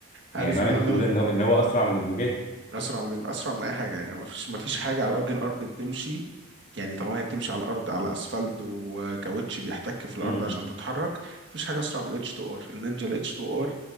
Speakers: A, on the right; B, on the left.
A: عارف
B: يعني معنى
A: ايه معنى
B: اللي انت بتقوله ده ان هو ان هو اسرع من البوجاتي
A: اسرع من اسرع من اي حاجه يعني ما فيش ما فيش حاجه على وجه الارض بتمشي يعني طالما هي بتمشي على الارض على اسفلت وكاوتش بيحتك في الارض
B: امم
A: عشان تتحرك مفيش حاجه اسرع من الاتش 2 ار النينجا الاتش 2 ار